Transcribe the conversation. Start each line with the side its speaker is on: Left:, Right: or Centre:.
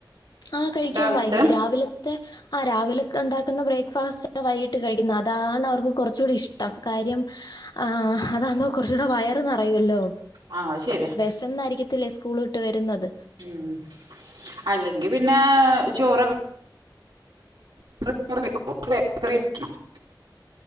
Left: ആഹ് കഴിക്കും
Right: രാവിലത്തെ
Left: വൈക രാവിലത്തെ ആഹ് രാവിലെ ഉണ്ടാക്കുന്ന ബ്രേക്ക്ഫാസ്റ്റ് വൈകിട്ട് കഴിക്കുന്നത് അതാണ് അവർക്ക് കൊറച്ച കൂടെ ഇഷ്ടം. കാര്യം ആ അതാവുമ്പൊ കൊർച്ചൂടെ വയറ് നറയല്ലോ
Right: ആഹ് അത് ശരിയാ
Left: വെശന്നായിരിക്കത്തില്ലേ സ്കൂള് വിട്ട് വെരുന്നത്
Right: അ അല്ലെങ്കി പിന്നെ ചോറൊ <inaudible>